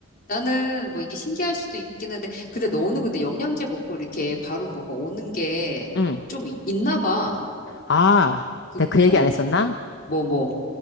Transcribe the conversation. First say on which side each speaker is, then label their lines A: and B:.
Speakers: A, on the left; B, on the left.
A: 나는 뭐 이게 신기할 수도 있긴 한데, 근데 너는 근데 영양제 먹고 이렇게 바로 뭐가 오는 게
B: 응.
A: 좀 있나 봐.
B: 아,
A: 그,
B: 내가 그 얘기
A: 어,
B: 안 했었나?
A: 뭐, 뭐,